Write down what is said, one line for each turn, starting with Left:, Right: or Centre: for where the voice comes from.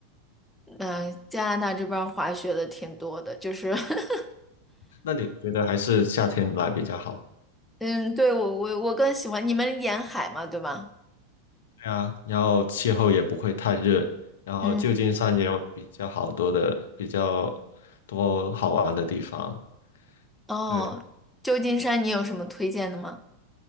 Centre: 嗯、呃加拿大这边儿滑雪的挺多的，就是 <laughs>
Left: 那你觉得还是夏天来比较好？
Centre: 嗯，对，我我我更喜欢你们沿海嘛，对吧？
Left: 对啊，然后气候也不会太热，然后旧金山也有比较好多的、
Centre: 嗯，
Left: 比较多好玩的地方。
Centre: 哦，
Left: 对，
Centre: 旧金山你有什么推荐的吗？